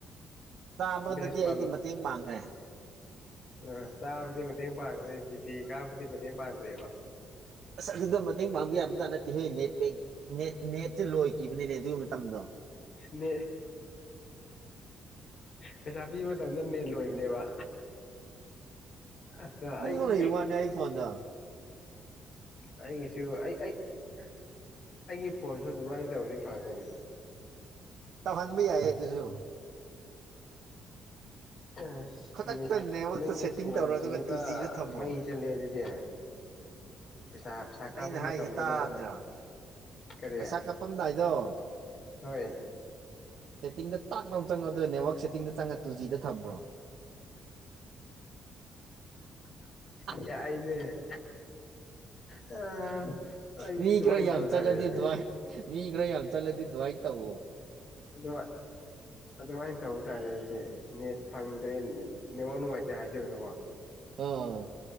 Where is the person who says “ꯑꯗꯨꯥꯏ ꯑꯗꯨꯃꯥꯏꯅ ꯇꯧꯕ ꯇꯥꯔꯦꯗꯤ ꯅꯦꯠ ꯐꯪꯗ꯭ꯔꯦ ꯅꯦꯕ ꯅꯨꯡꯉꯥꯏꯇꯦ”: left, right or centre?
Left